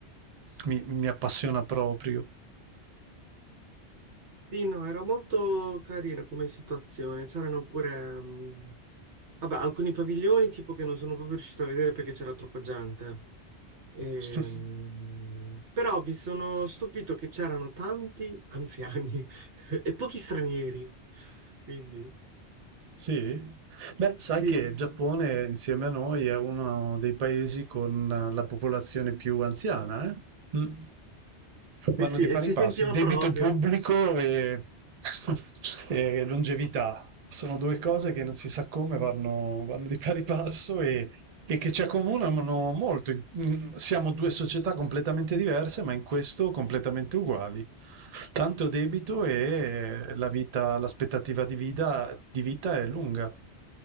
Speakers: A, on the right; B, on the right.
A: mi mi appassiona proprio.
B: Sì, no, era molto carina come situazione. C'erano pure, mm, vabbè, alcuni paviglioni tipo che non sono proprio riuscito a vedere perché c'era troppa gente. Ehm,
A: <laughs>
B: però mi sono stupito che c'erano tanti anziani <laughs> e pochi stranieri. Quindi,
A: Sì? Beh, sai
B: sì,
A: che il Giappone insieme a noi è uno dei paesi con eh, la popolazione più anziana, eh? Mm. Vanno
B: eh sì,
A: di
B: e
A: pari
B: si
A: passi.
B: sentiva
A: Debito
B: proprio.
A: pubblico e, <laughs> e longevità. Sono due cose che non si sa come vanno, vanno di pari passo e, e che ci accomunano molto. In- Siamo due società completamente diverse, ma in questo completamente uguali. Tanto debito e la vita, l'aspettativa di vita, di vita è lunga.